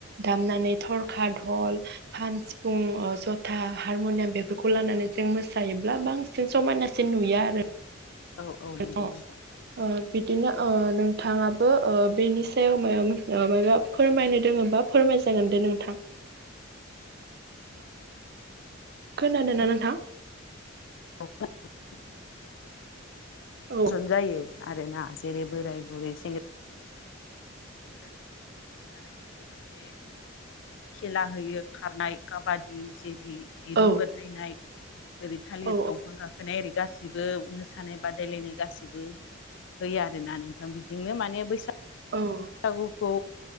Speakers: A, on the right; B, on the left.
A: दामनानै थरखा, धल, खाम, सिफुं अ जथा हारम'नियाम बेफोरखौ खौ लानानै जों मोसायोब्ला बां बांसिन समायनासिन नुया आरो।
B: औ औ
A: <unintelligible>
B: नंगौ नोंथां
A: अ' बिदिनो ओ नों थाङाबो ओ बेनि सायावनो ओ मायबा फोरमायनो दोङोबा फोरमाय जागोन दे नोंथां। खोनादों ना नोंथां?
B: <unintelligible>
A: औ
B: गोजान जायो। आरोना जेरै बोराय बुरै सेंग रंजायो रंजानायजों लोगोसे खेला होयो खारनाय काबादि जेरै दिरुं
A: औ
B: बोदलायनाय। ओरै थालिर
A: औ
B: दंफां गाखोनाय ओरै दा गासिबो मोसानाय बादायलायनाय गाैसैबो होयो आरोना नोंथां बिदिनो माने बैसाग
A: औ
B: सागुखौ